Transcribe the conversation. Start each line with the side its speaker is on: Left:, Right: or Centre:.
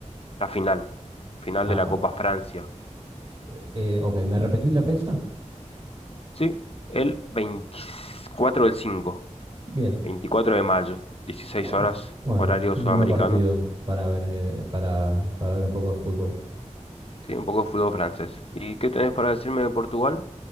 Left: la final. Final de
Right: APA.
Left: la Copa Francia.
Right: Eh, eh, ok, ¿me repetís la fecha?
Left: Sí, el 24 del 5,
Right: Bien.
Left: 24 de mayo, dieciséis
Right: Bueno,
Left: horas,
Right: bueno,
Left: horario
Right: lindo
Left: sudamericano.
Right: partido para ver, eh, para, para ver un poco de fútbol.
Left: Sí, un poco de fútbol francés. ¿Y qué tenés para decirme de Portugal?